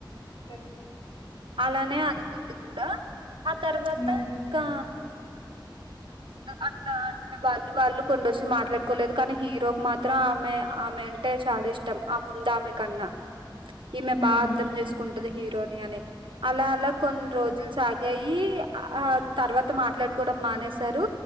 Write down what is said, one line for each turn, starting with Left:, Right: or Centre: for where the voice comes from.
Left: అతే
Right: అలానే అనుకుంది కూడా ఆ తర్వాత
Left: హ్మ్.
Right: ఇంకా అట్లా అంటే వాళ్ళు వాళ్ళు కొన్ని రోజులు మాట్లాడుకోలేదు కానీ హీరోకి మాత్రం ఆమె ఆమె అంటే చాలా ఇష్టం ఆ ముంద ఆమె కన్నా ఈమె
Left: హ్మ్.
Right: పా అర్థం చేసుకుం టది హీరోని అని అలా అలా కొన్ని రోజులు సాగాయి ఆ తర్వాత మాట్లాడు కోడం మానేశారు